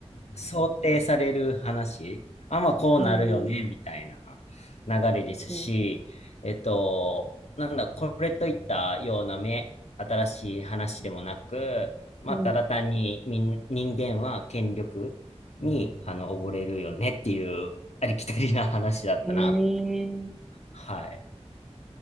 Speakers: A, on the left (about 75°); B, in the centre.
A: 想定される話、あ、まあこうなるよね、
B: うん、
A: みたいな流れですし、
B: うん、
A: えっと、なんだ、これといったような目、新しい話でもなく、まあただ単に人、
B: うん。
A: 人間は権力に、あの、溺れるよねっていうありきたりな話だったな。
B: ええー
A: はい。